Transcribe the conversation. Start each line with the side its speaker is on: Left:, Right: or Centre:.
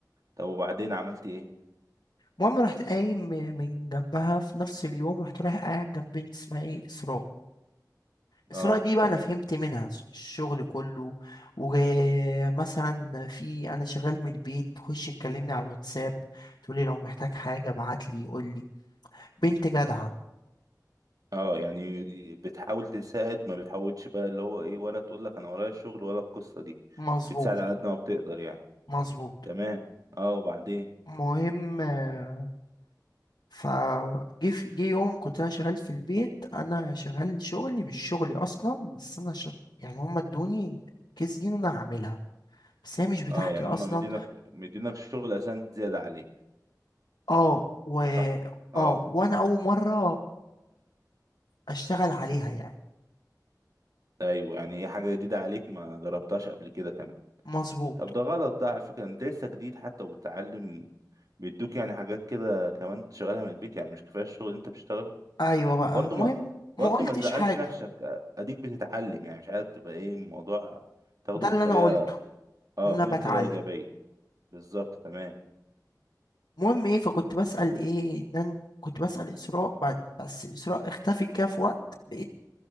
Right: طب وبعدين عملت ايه
Left: المهم رحت قايم م- من جنبها في نفس اليوم رحت رايح قاعد جنب بنت اسمها ايه اسراء اسراء
Right: اه
Left: دي بقى
Right: تمام
Left: انا فهمت منها الشغل كله ومثلا في انا شغال من البيت تخش تكلمني على الواتساب تقولي لو محتاج حاجة ابعت لي قول لي بنت جدعة
Right: اه يعني بتحاول تساعد ما بتحاولش بقى اللي هو ايه ولا تقول لك انا ورايا الشغل ولا القصة دي
Left: مظبوط
Right: بتساعد
Left: صح
Right: على قد ما بتقدر يعني
Left: مظبوط
Right: تمام اه وبعدين
Left: مهم آه، فجي في- جه يوم كنت انا شغال في البيت انا شغال شغلي مش شغلي اصلا بس انا شغ... يعني هم ادوني الكيس دي إن انا هعملها بس هي مش بتاعتي
Right: اه يعني
Left: اصلا
Right: هم مدينك مدينك شغل اساسا زيادة عليك
Left: اه و
Right: صح اه
Left: اه وانا اول مره اشتغل عليها يعني
Right: ايوه يعني ايه حاجة جديدة عليك ما جربتهاش قبل كده كمان
Left: مظبوط
Right: طب ده غلط ده على فكرة انت لسه جديد حتى وبتتعلم بيدوك يعني حاجات كده كمان تشغلها من البيت يعني مش كفايه الشغل اللي انت بتشتغله
Left: ايوه بقى
Right: برضو
Left: المهم
Right: ما برضو
Left: ما قلتش
Right: ما تزعلش
Left: حاجه
Right: نفسك اديك بتتعلم يعني مش عايزك تبقى ايه الموضوع تاخده
Left: ده
Right: بطريقه
Left: اللي انا قلته
Right: اه
Left: ان
Right: خده
Left: انا بتعلم
Right: بطريقه ايجابيه بالظبط تمام
Left: المهم ايه فكنت بسال ايه ان أنا كنت بسال اسراء بعد بس اسراء اختفت كده في وقت لقيت